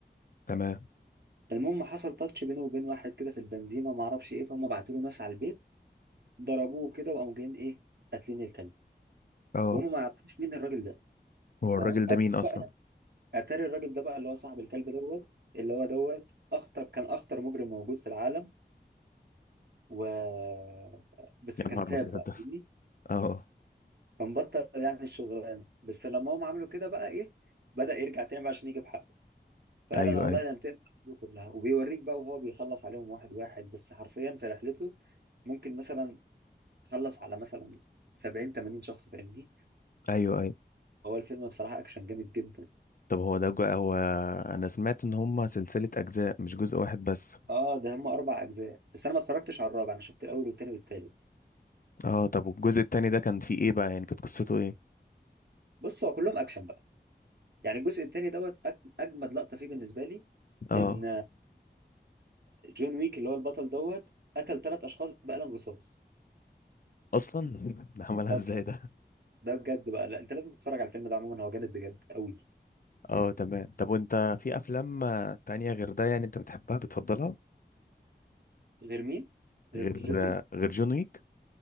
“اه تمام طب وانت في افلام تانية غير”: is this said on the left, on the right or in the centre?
Left